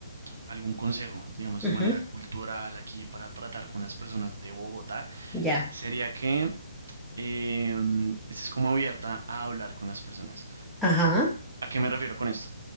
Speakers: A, on the right; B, in the centre.
A: algún consejo, digamos,
B: ujú,
A: de manera cultural aquí para tratar con las personas de Bogotá,
B: Ya.
A: sería que em, es como abierta a hablar con las personas.
B: Ajá,
A: ¿A qué me refiero con esto?